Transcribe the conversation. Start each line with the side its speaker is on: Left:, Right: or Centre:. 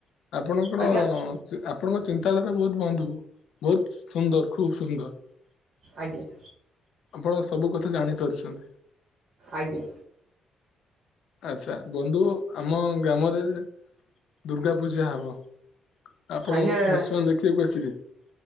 Left: ଆପଣଙ୍କର।
Right: ଆଜ୍ଞା
Left: ଆପଣଙ୍କ ଚିନ୍ତାଧାରା ବହୁତ ବନ୍ଧୁ ବହୁତ ସୁନ୍ଦର ଖୁବ ସୁନ୍ଦର।
Right: ଆଜ୍ଞା।
Left: ଆପଣ ସବୁ କଥା ଜାଣିପାରୁଛନ୍ତି।
Right: ଆଜ୍ଞା।
Left: ଆଚଛା ବନ୍ଧୁ ଆମ ଗ୍ରାମରେ ଦୁର୍ଗା ପୂଜା ହବ। ଆପଣ
Right: ଆଜ୍ଞା
Left: ନିଶ୍ଚୟ ଦେଖିବାକୁ ଆସିବେ।